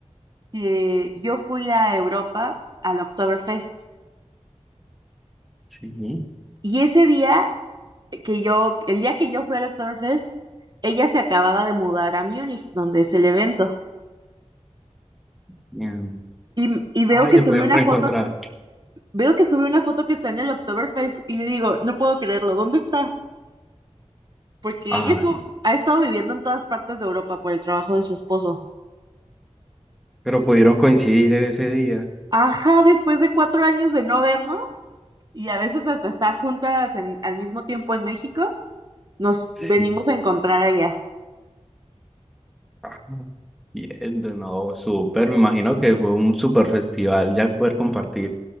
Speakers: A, on the right; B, in the centre.
A: que yo fui a Europa al Oktoberfest
B: Sí.
A: y ese día que yo, el día que yo fui al Oktoberfest, ella se acababa de mudar a Múnich, donde es el evento.
B: Bien.
A: Y, y veo
B: Ay,
A: que
B: se
A: subió
B: pudieron
A: una
B: reencontrar.
A: foto, veo que subió una foto que está en el Oktoberfest y le digo, no puedo creerlo, ¿dónde estás? Porque
B: Ah,
A: ella estuvo, ha estado viviendo en todas partes de Europa por el trabajo de su esposo.
B: pero pudieron coincidir en ese día.
A: Ajá, después de cuatro años de no vernos y a veces hasta estar juntas en- al mismo tiempo en México, nos venimos
B: Sí.
A: a encontrar allá.
B: Ah, Bien, de nuevo, súper. Me imagino que fue un súper festival ya poder compartir